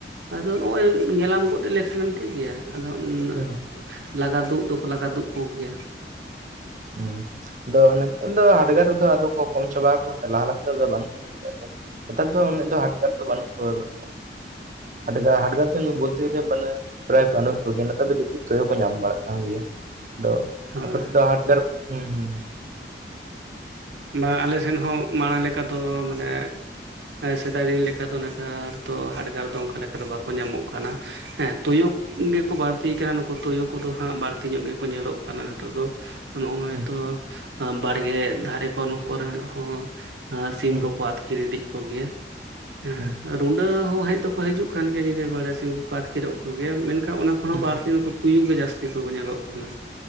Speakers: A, on the right (about 80°); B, on the right (about 45°).
A: ᱟᱫᱚ ᱱᱚᱜᱼᱚᱭᱼᱼ ᱧᱮᱞᱟᱢ ᱜᱚᱫ ᱞᱮᱠᱷᱟᱱᱮᱢ ᱴᱷᱤᱠ ᱜᱮᱭᱟ ᱟᱫᱚ ᱩᱱᱟᱹᱜ
B: ᱦᱩᱸ
A: ᱞᱟᱜᱟ ᱛᱩᱜ ᱫᱚᱠᱚ ᱞᱟᱜᱟ ᱛᱩᱜ ᱠᱚᱜᱮᱭᱟ᱾
B: ᱦᱮᱸ ᱟᱫᱚ ᱱᱮᱛᱟᱨ ᱫᱚ ᱦᱟᱰᱜᱟᱨ ᱨᱮᱫᱚ ᱟᱫᱚ ᱠᱚ ᱠᱚᱢ ᱪᱟᱵᱟ ᱠᱟᱱᱟ ᱞᱟᱦᱟ ᱞᱮᱠᱟᱮᱫ ᱫᱚ ᱵᱟᱹᱱᱩᱜ ᱠᱩᱞᱤᱭᱟ᱾ ᱱᱮᱛᱟᱨ ᱫᱚ ᱩᱱᱟᱹᱜ ᱫᱚ ᱦᱟᱰᱜᱟᱨ ᱫᱚ ᱵᱟᱹᱱᱩᱜ ᱠᱚᱫᱚ᱾ ᱦᱟᱰᱜᱨ ᱦᱟᱰᱜᱟᱨ ᱵᱚᱞᱛᱮᱛᱤᱮ ᱯᱨᱟᱭ ᱵᱟᱹᱱᱩᱜ ᱠᱚᱜᱮᱭᱟ ᱱᱮᱛᱟᱨ ᱫᱚ ᱵᱤᱥᱤ ᱛᱳᱭᱳ ᱠᱚ ᱧᱟᱢ ᱵᱟᱲᱟᱜ ᱠᱟᱱ ᱜᱮᱭᱟ, ᱟᱫᱚ
A: ᱦᱳᱭ
B: ᱟᱯᱮ ᱥᱮᱫ ᱫᱚ ᱦᱟᱰᱜᱟᱨ ᱦᱚᱢ ᱼᱼ
A: ᱵᱟᱝ ᱟᱞᱮ ᱥᱮᱱ ᱦᱚᱸ ᱢᱟᱲᱟᱝ ᱞᱮᱠᱟ ᱫᱚ ᱢᱟᱱᱮ ᱥᱮᱫᱟᱭ ᱫᱤᱱ ᱞᱮᱠᱟ ᱫᱚ ᱱᱮᱛᱟᱨᱼᱼ ᱛᱚ ᱦᱟᱰᱜᱟᱨ ᱫᱚ ᱚᱱᱠᱟ ᱞᱮᱠᱟ ᱫᱚ ᱵᱟᱠᱚ ᱧᱟᱢᱚᱜ ᱠᱟᱱᱟ ᱦᱮᱸ ᱛᱩᱭᱩ ᱜᱮᱠᱚ ᱵᱟᱨᱼᱼ ᱛᱤ ᱠᱟᱱᱟ ᱱᱩᱠᱩ ᱛᱩᱭᱩ ᱠᱚᱫᱚ ᱦᱟᱸᱜ ᱵᱟᱹᱲᱛᱤ ᱧᱚᱜ ᱜᱮᱠᱚ ᱧᱮᱞᱚᱜ ᱠᱟᱱᱟ ᱱᱤᱛᱚᱜ ᱫᱚ ᱱᱚᱜᱼᱚᱭ
B: ᱦᱩᱸ
A: ᱛᱚᱼᱼ ᱵᱟᱲᱜᱮ ᱫᱷᱟᱨᱮ ᱠᱚ ᱠᱚᱨᱮ ᱦᱚᱸ ᱥᱤᱢ
B: ᱦᱩᱸ
A: ᱠᱚᱠᱚ ᱟᱛᱼᱼ ᱟᱹᱛᱠᱤᱨ ᱤᱫᱤᱜ ᱠᱚᱜᱮᱭᱟ᱾ ᱦᱮᱸ
B: ᱦᱩᱸ ᱦᱩᱸ
A: ᱨᱩᱰᱟᱹ ᱦᱚᱸ ᱦᱮᱡ ᱫᱚᱠᱚ ᱦᱤᱡᱩᱜ ᱠᱟᱱ ᱜᱮᱭᱟ ᱧᱤᱫᱟᱹ ᱵᱮᱲᱟ ᱥᱤᱢ ᱠᱚᱠᱚ ᱟᱹᱛᱠᱤᱨᱚᱜ ᱠᱚᱜᱮᱭᱟ ᱢᱮᱱᱠᱷᱟᱱ ᱚᱱᱟ ᱠᱷᱚᱱ
B: ᱦᱩᱸ
A: ᱦᱚᱸ ᱵᱟᱨᱛᱤ ᱫᱚᱠᱚᱼᱼ ᱛᱩᱭᱩ ᱜᱮ ᱡᱟᱹᱥᱛᱤ ᱠᱚ ᱧᱮᱞᱚᱜ ᱠᱟᱱᱟ᱾